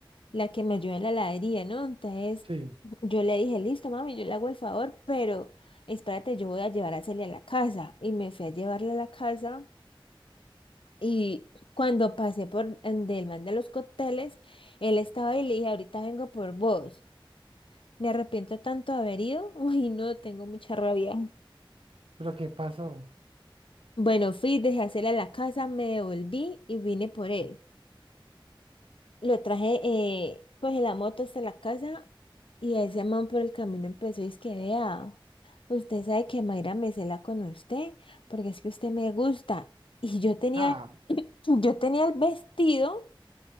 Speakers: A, on the left (about 70°); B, on the right (about 75°).
A: la que me ayuda en la heladería, ¿no? Entonces,
B: sí,
A: yo le dije, listo, mami, yo le hago el favor, pero espérate, yo voy a llevar a Cele a la casa. Y me fui a llevarla a la casa. Y cuando pasé por en- del man de los cócteles, él estaba y le dije, ahorita vengo por vos. Me arrepiento tanto de haber ido. <laughs> Uy, no, tengo mucha rabia.
B: pero ¿qué pasó?
A: Bueno, fui, dejé hacerle a la casa, me devolví y vine por él. Lo traje eh, pues en la moto hasta la casa y ese man por el camino empezó y es que vea, usted sabe que Mayra me cela con usted porque es que usted me gusta. Y yo tenía,
B: Ah,
A: <laughs> yo tenía el vestido.